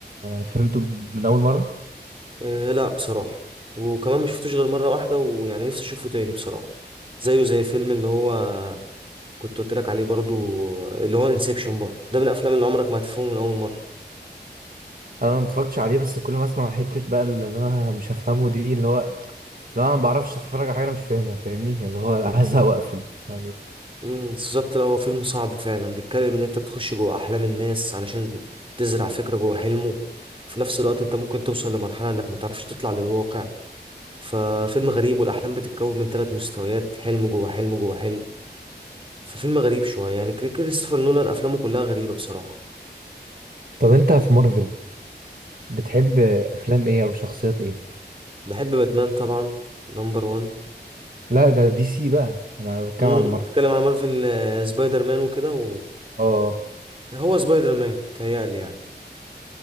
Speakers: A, on the right (about 55°); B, on the right (about 30°).
A: فهمته من اول مره
B: آه، لا بصراحة وكمان ما شفتوش غير مرة واحدة ويعني نفسي اشوفه تاني بصراحة زيه زي فيلم اللي هو كنت قلت لك عليه برضو اللي هو انسبشن برضو ده من الافلام اللي عمرك ما هتفهمه من اول مرة
A: انا ما اتفرجتش عليه بس كل ما اسمع حته بقى اللي انا مش هفهمه دي اللي هو اللي هو انا ما بعرفش اتفرج على حاجه انا مش فاهمها فاهمني اللي هو <laughs> هزهق واقفل ف-
B: مم، بالظبط لا هو فيلم صعب فعلا بيتكلم ان انت بتخش جوه احلام الناس علشان تزرع فكرة جوه حلمه في نفس الوقت انت ممكن توصل لمرحلة انك ما تعرفش تطلع للواقع ففيلم غريب والاحلام بتتكون من ثلاث مستويات حلم جوه حلم جوه حلم ففيلم غريب شوية يعني كريستوفر نولان افلامه كلها غريبة بصراحة
A: طب انت في مارفل بتحب افلام ايه او شخصيات ايه
B: بحب باتمان طبعا نمبر وان
A: لا ده دي سي بقى انا بتكلم
B: مم،
A: على
B: بتتكلم
A: مارفل
B: عن مارفل آه، سبايدر مان وكده و...
A: اه
B: هو سبايدر مان تهيألي يعني